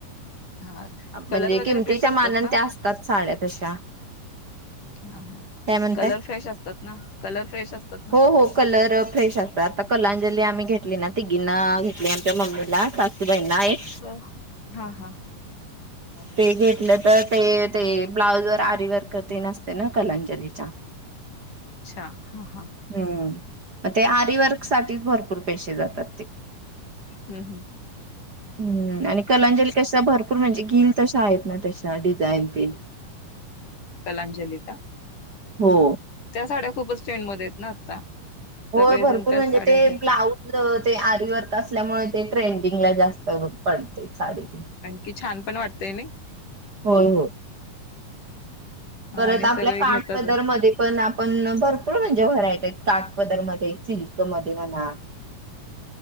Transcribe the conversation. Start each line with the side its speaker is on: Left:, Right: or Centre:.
Left: हा कलर
Right: म्हणजे
Left: वगैरे
Right: किमतीच्या
Left: फ्रेश असतात
Right: मानान
Left: ना
Right: त्या असतात साड्या तशा.
Left: हा हा,
Right: काय म्हणताय
Left: कलर फ्रेश असतात ना, कलर फ्रेश असतात. ना
Right: हो हो कलर फ्रेश असतात, आता कलांजली आम्ही घेतली ना, तिघींना घेतली आमच्या मम्मीला सासु बाईंना एक.
Left: होय हा हा.
Right: ते घेतलं तर ते ते ब्लाउज वर आरी वर्क तेन असतय ना कलांजलीच्या.
Left: अच्छा हा हा.
Right: हम्म ते आरीवर्क साठीच भरपूर पैसे जातात ते.
Left: हम्म हम्म
Right: हम्म आणि कलांजली कशा भरपूर म्हणजे घील तशा आहेत ना तशा डिझाईन तेन.
Left: कलांजली का?
Right: हो,
Left: त्या साड्या खूपच ट्रेंड मध्ये आहेत ना आता. सगळेजण
Right: होय भरपूर
Left: त्याच
Right: म्हणजे
Left: साड्या
Right: ते
Left: घेतात
Right: ब्लाऊजऽ ते आरी वर्क असल्यामुळे ते ट्रेंडिंगला जास्त पडतय साडी.
Left: की छान पण वाटतंय नाही?
Right: होय होय. परत
Left: आणि
Right: आपल्या
Left: सगळे
Right: काटपदरमध्येऽ
Left: घेतातच
Right: पण आपण भरपूर म्हणजे व्हरायटी आहेत, कागपदरमध्ये, सिल्कमध्ये म्हणा.